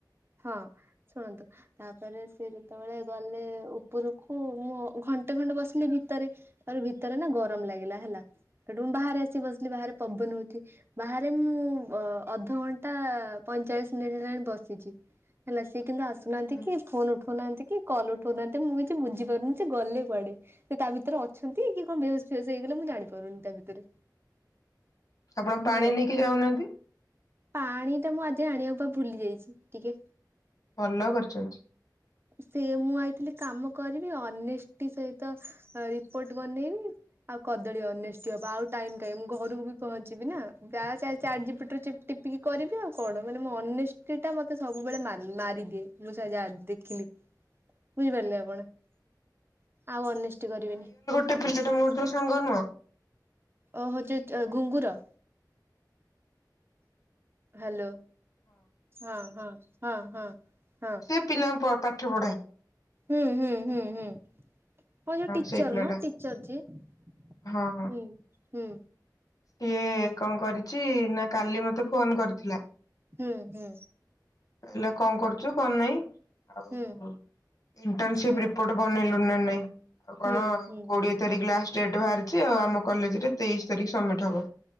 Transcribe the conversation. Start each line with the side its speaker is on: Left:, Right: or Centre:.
Right: ହଁ ଶୁଣନ୍ତୁ ତାପରେ ସେ ଯେତେବେଳେ ଗଲେ ଉପରକୁ ମୁଁ ଘଣ୍ଟେ ଖଣ୍ଡେ ବସିଲି ଭିତରେ। ତାପରେ ଭିତରେ ନା ଗରମ ଲାଗିଲା ହେଲା ସେଠୁ ମୁଁ ବାହାରେ ଆସି ବସିଲି ବାହାରେ ପବନ ହଉଛି। ବାହାରେ ମୁଁ ଅଧଘଣ୍ଟା ପଇଁଚାଳିଶ ମିନିଟ୍ ହେଲାଣି ବସି ହେଲା ସିଏ କିନ୍ତୁ ଆସୁନାହାନ୍ତି
Left: ହୁଁ
Right: କି ଫୋନ ଉଠଉନାହାନ୍ତି କି କଲ ଉଠଉନାହାନ୍ତି ମୁଁ କିଛି ବୁଝିପାରୁନି ସେ ଗଲେ କୁଆଡେ? ସେ ତା ଭିତରେ ଅଛନ୍ତି କି କଣ ବେହସ ଫେହସ ହେଇଗଲେ ମୁଁ ଜାଣି ପାରୁନି ତା ଭିତରେ।
Left: ଆପଣ
Right: ବୁଝିପାରିଲେ
Left: ପାଣି ନେଇକି ଯାଉନାହାନ୍ତି।
Right: ପାଣି ଟା ମୁଁ ଆଜି ଆଣିବା ପା ଭୁଲି ଯାଇଛି ଟିକେ।
Left: ଭଲ କରିଛନ୍ତି।
Right: ସେ ମୁଁ ଆଇଥିଲି କାମ କରିବି ଅନେଷ୍ଟି ସହିତ ରିପୋର୍ଟ ବନେଇବି। ଆଉ କଦଳୀ ଅନେଷ୍ଟି ହବ ଆଉ ଟାଇମ କାହିଁ ମୁଁ ଘରକୁ ବି ପହଞ୍ଚିବି ନା ଚାଟ ଯି ପି ଟି ଟିପିକି କରିବି ଆଉ କଣ ମାନେ ମୋ ଅନେଷ୍ଟି ଟା ମତେ ସବୁବେଳେ ମାରିଦିଏ ମୁ ସା ଯାହା ଦେ ଦେଖିଲି ବୁଝିପାରିଲେ ଆପଣ ଆଉ ଅନେଷ୍ଟ କରିବେନି।
Left: ସେ ପିଲାଟା ମୋର ଯୋଉ ସାଙ୍ଗ ନୁହଁ।
Right: ଓହୋ ହଁ ଯୋଉ ଘୁଙ୍ଗୁର। ହ୍ୟାଲୋ ହଁ ହଁ ହଁ ହଁ ହଁ।
Left: ସେ ପିଲାଙ୍କୁ ପାଠ ପଢ଼ାଏ।
Right: ହୁଁ ହୁଁ ହୁଁ ହୁଁ ହଁ ଯୋଉ ଟିଚର
Left: ସେଇ ପିଲାଟା
Right: ମ ଟିଚର ଯେ ହୁଁ
Left: ହଁ ହଁ।
Right: ହୁଁ
Left: ସିଏ କଣ କରିଛି ନା କାଲି ମତେ ଫୋନ କରିଥିଲା
Right: ହୁଁ ହୁଁ
Left: ହେଲେ କଣ କରୁଛୁ କଣ ନାଇଁ ଆଉ
Right: ହୁଁ
Left: ଇଣ୍ଟନସିପ
Right: ହୁଁ
Left: ରିପୋର୍ଟ ବନେଇଲୁ ନା ନାଇଁ ଆଉ କଣ
Right: ହୁଁ ହୁଁ
Left: କୋଡିଏ ତାରିଖ ଲାଷ୍ଟ ଡେଟ୍ ବାହାରି ଆଉ ଆମ କଲେଜରେ ତେଇଶି ତାରିଖ ସବମିଟ ହବ